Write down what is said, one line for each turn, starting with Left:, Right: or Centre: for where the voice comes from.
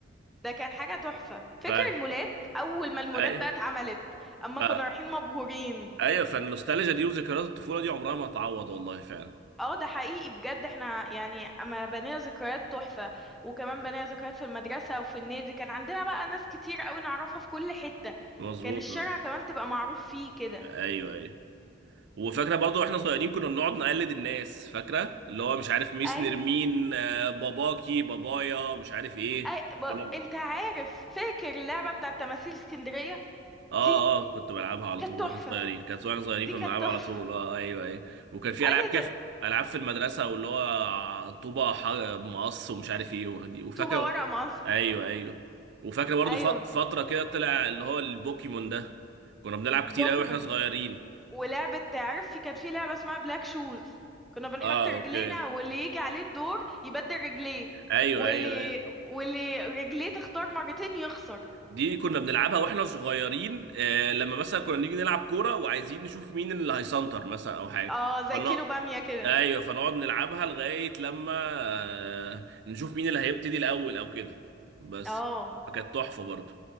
Centre: ده كان حاجة تحفة فاكر
Right: فاك
Centre: المولات اول ما المولات
Right: ايوه
Centre: بقى اتعملت اما
Right: ف...
Centre: كنا رايحين مبهورين
Right: ايوه فالنوستالجيا دي وذكريات الطفوله دي عمرها ما هتعوض والله فعلا
Centre: اه ده حقيقي بجد احنا يعني اما بنينا ذكريات تحفة وكمان بنينا ذكريات في المدرسة وفي النادي كان عندنا بقى ناس كتير قوي نعرفها في كل حتة
Right: مظبوط
Centre: كان الشارع
Right: اه
Centre: كمان تبقى معروف فيه كده
Right: ايوه ايوه وفاكره برضه واحنا صغيرين كنا بنقعد نقلد الناس فاكره اللي هو مش عارف ميس
Centre: ايوه
Right: نرمين آه، باباكي بابايا مش عارف ايه
Centre: اي ب...
Right: كنا ب-
Centre: انت عارف فاكر اللعبة بتاعة تماثيل اسكندرية
Right: اه
Centre: دي
Right: اه كنت بلعبها على
Centre: كانت
Right: طول
Centre: تحفة
Right: واحنا صغيرين كانت واحنا صغيرين
Centre: دي
Right: كنا
Centre: كانت
Right: بنلعبها
Centre: تحفة
Right: على طول اه ايوه ايوه وكان في
Centre: <laughs> انا
Right: العاب كده
Centre: ت-
Right: في- العاب في المدرسه واللي هو طوبه ح- مقص ومش عارف ايه وهدي- وفاكره
Centre: طوبة ورق مقص
Right: ايوه ايوه وفاكر برضو
Centre: ايوه
Right: فت- فتره كده طلع اللي هو البوكيمون ده كنا بنلعب كتير
Centre: بوكيمون
Right: قوي واحنا صغيرين
Centre: ولعبة عارف في كانت في لعبة اسمها بلاك شوز كنا بنحط
Right: اه
Centre: رجلينا
Right: اوكي
Centre: واللي يجي عليه الدور يبدل رجليه
Right: ايوه
Centre: واللي
Right: ايوه ايوه
Centre: واللي رجليه تختار مرتين يخسر
Right: دي كنا بنلعبها واحنا صغيرين آه لما مثلا كنا نيجي نلعب كوره وعايزين نشوف مين اللي هيسنتر مثلا او حاجه
Centre: اه زي
Right: فن...
Centre: كيلو بامية كده
Right: ايوه فنقعد نلعبها لغايه لما آه نشوف مين اللي هيبتدي الاول او كده بس
Centre: اه
Right: فكانت تحفه برضو